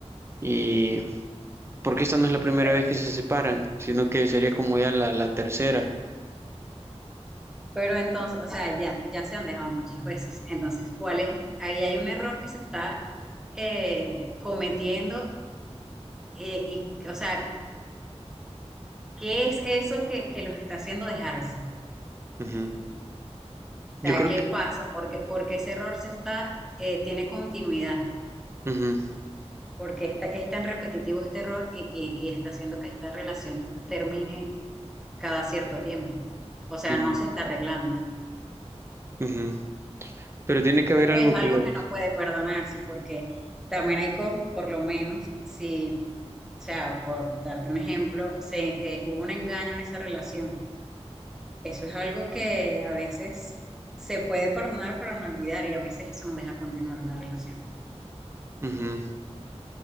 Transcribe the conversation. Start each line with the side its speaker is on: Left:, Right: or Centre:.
Right: Y porque esta no es la primera
Centre: Pe-
Right: vez que se separan, sino que sería como ya la, la tercera.
Centre: Pero entonces, o sea, ya, ya se han dejado muchas veces. Entonces, ¿cuál es? Ahí hay un error que se está eh, cometiendo eh, y, o sea, ¿qué es eso que, que los está haciendo dejarse? O
Right: Ujú.
Centre: sea,
Right: Yo creo
Centre: ¿qué
Right: que...
Centre: pasa? Porque, porque ese error se está, eh, tiene continuidad.
Right: ujú,
Centre: porque esta- es tan repetitivo este error y, y- y está haciendo que esta relación termine cada cierto tiempo. O sea,
Right: ujú,
Centre: no se está arreglando.
Right: ujú. Pero tiene que haber
Centre: O
Right: algo
Centre: es algo
Right: que lo...
Centre: que no puede perdonarse, porque también hay cosas, por lo menos, si, o sea, por darte un ejemplo, se, eh, hubo un engaño en esa relación. Eso es algo que a veces se puede perdonar para no olvidar y a veces eso nos deja continuar una relación.
Right: ujú.